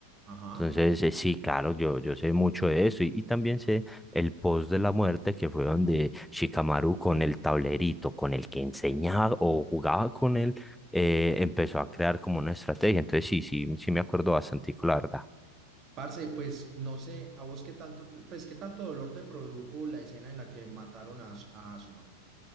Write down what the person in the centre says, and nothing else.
Entonces, eh, sí, claro, yo, yo sé mucho de eso y, y también sé el post de la muerte que fue donde Shikamaru con el tablerito, con el que enseñaba o jugaba con él, eh, empezó a crear como una estrategia. Entonces, sí, sí, sí me acuerdo bastante, la verdad.